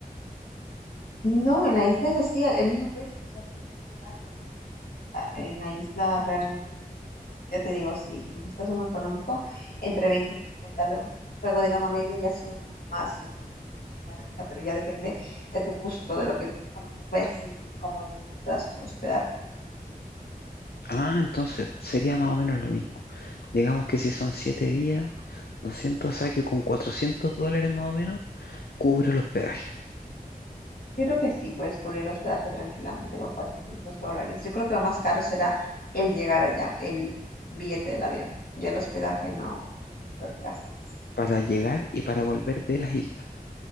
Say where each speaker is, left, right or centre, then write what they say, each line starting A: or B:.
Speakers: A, on the left; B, on the left.
A: No, en la isla es así, el el mismo precio, o sea que es súper barato, no cambia. En la isla realmente lo que puedes, ya te digo, si necesitas un económico, entre 20 y 50. Luego, si quieres algo de gama media, ya sube un poco más, cincuenta ciento cincuenta, pero ya depende de tu gusto, de lo que, con lo que te puedes sentir cómodo y donde puedas tú hospedarte.
B: Ah, entonces sería más o menos lo mismo. Digamos que si son 7 días, 200 saque con 400 dólares más o menos, cubre el hospedaje
A: Yo creo que sí, puedes cubrir hospedaje tranquilamente con 400 dólares. Yo creo que lo más caro será el llegar allá, el billete del avión. Ya el hospedaje no, no creo que gastes.
B: para llegar y para volver de las islas.